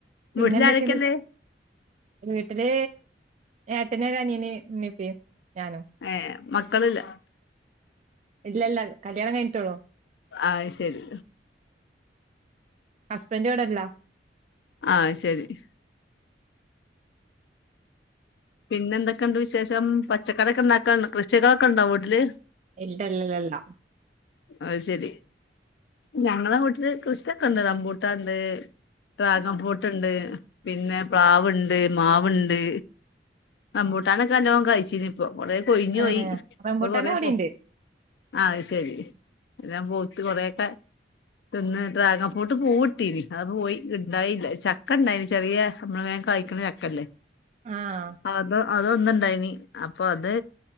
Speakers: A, on the right; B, on the left.
A: പിന്നെ
B: വീട്ടിലാരൊക്കെയുണ്ട്
A: എന്തൊക്കെയ? വീട്ടില് ഏട്ടന് ഒരനിയന് മ്മിപ്പിം ഞാനും-
B: ഏഹ് മക്കളില്ല-
A: ഇല്ലല്ല കല്യാണം കഴിഞ്ഞ്ട്ടൊളൂ.
B: ആയ് ശരി-
A: ഹസ്ബൻഡിവടെല്ലാ?
B: ആ ശരി- പിന്നെ എന്തൊക്കെയുണ്ട് വിശേഷം പച്ചക്കറിയൊക്കെ ഉണ്ടാക്കാണ്ട് കൃഷികളൊക്കെ ഉണ്ടോ വീട്ടില്?
A: ഇല്ലല്ലല്ലാ
B: അയ്ശരി- ഞങ്ങളെ വീട്ടില് കൃഷ്യൊക്കെണ്ട് റമ്പൂട്ടാണ്ട് ട്രാഗൺ ഫൂട്ടുണ്ട് പിന്നെ പ്ലാവുണ്ട് മാവുണ്ട് റമ്പൂട്ടാനൊക്കെ നലോം കായ്ച്ചീനിപ്പം കൊറേ കൊഴിഞ്ഞു
A: ആഹ്
B: പോയി ഇപ്പൊ
A: റംബൂട്ടാന്
B: കൊറേ
A: അവിടിണ്ട്
B: പോ ആഹ് അത് ശെരി എല്ലാം പൊവുത്ത് കൊറേയൊക്കെ തിന്ന് ഡ്രാഗൺ ഫൂട്ട് പൂവ്ട്ടീനി അത് പോയി ഉണ്ടായില്ല ചക്ക ഉണ്ടായിന് ചെറിയ നമ്മള് വേം കയ്ക്ക്ണ ചക്കല്ലേ-
A: ആഹ്
B: അത അതൊന്ന് ണ്ടായിനി അപ്പൊ അത്